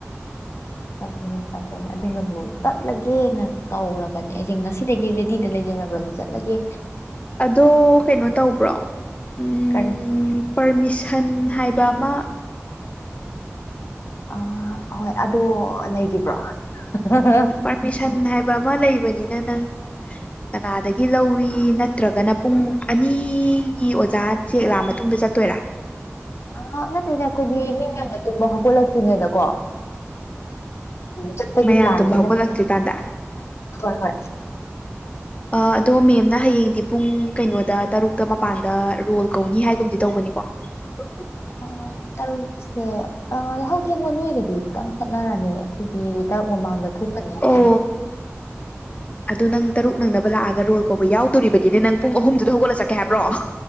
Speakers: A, on the left; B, on the left.
A: ꯐꯠꯇꯦ ꯐꯠꯇꯦꯅꯦ ꯑꯗꯨꯅꯕꯨ ꯆꯠꯂꯒꯦꯅ ꯇꯧꯔꯕꯅꯦ ꯑꯩꯁꯦ ꯉꯁꯤꯗꯒꯤ ꯔꯦꯗꯤꯗ ꯂꯩꯖꯔꯕꯅꯤ ꯆꯠ ꯂꯒꯦ
B: ꯑꯗꯣ ꯀꯩꯅꯣ ꯇꯧꯕ꯭ꯔꯣ ꯎꯝ
A: ꯀꯔꯤ
B: ꯄꯔꯃꯤꯁꯟ ꯍꯥꯏꯕ ꯑꯃ
A: ꯑ ꯍꯣꯏ ꯑꯗꯣ ꯂꯩꯔꯤꯕ꯭ꯔꯣ <unintelligible>
B: ꯄꯔꯃꯤꯁꯟ ꯍꯥꯏꯕ ꯑꯃ ꯂꯩꯕꯅꯤꯅ ꯅꯪ ꯀꯅꯥꯗꯒꯤ ꯂꯧꯋꯤ ꯅꯠꯇ꯭ꯔꯒꯅ ꯄꯨꯡ ꯑꯅꯤꯒꯤ ꯑꯣꯖꯥ ꯆꯦꯛ ꯂꯥꯛꯑ ꯃꯇꯨꯡꯗ ꯆꯠꯇꯣꯏꯔꯥ
A: ꯑꯍ ꯅꯠꯇꯦꯗ ꯑꯩꯈꯣꯏꯗꯤ ꯃꯤꯅ <unintelligible> ꯇꯨꯝꯕ ꯍꯧꯒꯠꯂꯛꯇ꯭ꯔꯤꯉꯩꯗꯀꯣ ꯆꯠꯄꯒꯤ
B: ꯃꯌꯥꯝ
A: ꯄ꯭ꯂꯥꯟꯅꯦꯅ
B: ꯇꯨꯝꯕ ꯍꯧꯒꯠꯂꯛꯇ꯭ꯔꯤꯀꯥꯟꯗ
A: ꯍꯣꯏ ꯍꯣꯏ
B: ꯑ ꯑꯗꯣ ꯃꯦꯝꯅ ꯍꯌꯦꯡꯗꯤ ꯄꯨꯡ ꯀꯩꯅꯣꯗ ꯇꯔꯨꯛꯇ ꯃꯄꯥꯟꯗ ꯔꯣꯜ ꯀꯧꯅꯤ ꯍꯥꯏꯒꯨꯝꯗꯤ ꯇꯧꯕꯅꯤꯀꯣ <inaudible>
A: ꯑꯣ ꯇꯔꯨꯛꯁꯦ ꯑ ꯌꯥꯍꯧꯊꯦꯡꯕ ꯅꯣꯏꯒꯗꯤ ꯈꯤꯇꯪ ꯈꯦꯠꯅꯔꯅꯤ ꯑꯩꯈꯣꯏꯗꯤ ꯇꯔꯨꯛ ꯃꯃꯥꯡꯗ ꯊꯣꯛꯀꯅꯤ ꯍꯥꯏꯇꯥꯔꯦ
B: ꯑꯣ ꯑꯗꯣ ꯅꯪ ꯇꯔꯨꯛ ꯅꯪꯅꯕ ꯂꯥꯛꯑꯒ ꯔꯣꯜ ꯀꯧꯕ ꯌꯥꯎꯗꯣꯔꯤꯕꯅꯤꯅꯦ ꯅꯪ ꯄꯨꯡ ꯑꯍꯨꯝꯗꯨꯗ ꯍꯧꯒꯠꯂ ꯆꯠꯀꯦ ꯍꯥꯏꯕ꯭ꯔꯣ <unintelligible>